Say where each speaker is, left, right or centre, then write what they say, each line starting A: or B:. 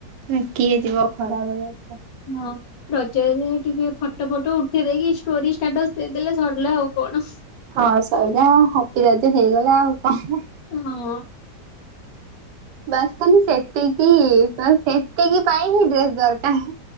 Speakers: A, on the right (about 80°); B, on the left (about 65°).
A: ସେ କିଏ ଯିବ ଖରାପ ରେ ଏ ତେ
B: ହଁ ରଜରେ ଟିକେ ଫୋଟ ଫଟ ଉଠେଇ ଦେଇକି ଷ୍ଟୋରି ଷ୍ଟାଟସ ଦେଲେ ସରିଲା ଆଉ କଣ?
A: ହଁ ଶୋଇିଲ ହାପି ରାଜ ହେଇଗଲା ଆଉ କଣ?
B: ହଁ।
A: ବାସ ସେତିକି ସେତିକି ପାଇ ହିଁ ଡ୍ରେସ ଦରକାର।